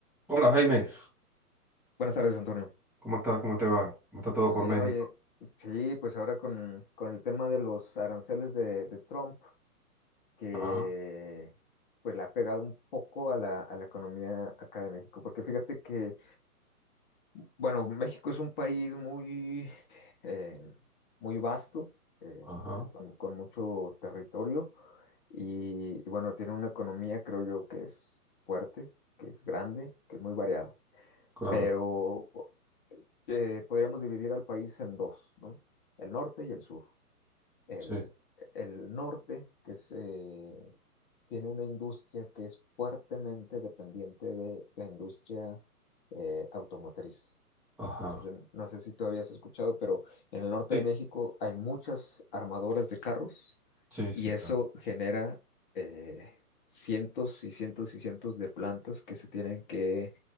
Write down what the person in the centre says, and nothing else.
Hola Jaime,
¿cómo estás? ¿Cómo te va? ¿Cómo está todo
por
México?
Ah,
ajá,
claro,
sí,
ajá,
Sí.
sí,
sí, claro.